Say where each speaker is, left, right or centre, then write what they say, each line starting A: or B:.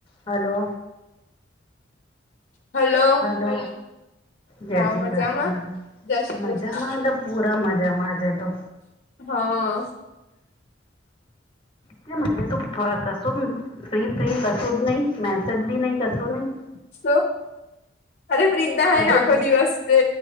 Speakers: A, on the left; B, on the left.
A: Hello,
B: hello,
A: hello, જય
B: હા
A: શ્રી
B: મજામાં
A: કૃષ્ણ
B: જય શ્રી
A: મજામાં?
B: કૃષ્ણ
A: લ પૂરા મજામાં જ તો.
B: હા
A: કેમ આજે તો કસો ફ્રી ફ્રી કસો જ નહી મેસેજ બી નહી કસો નહી?
B: શ અરે ફ્રી થય
A: આજે
B: ને આખો
A: તો
B: દિવસ છે.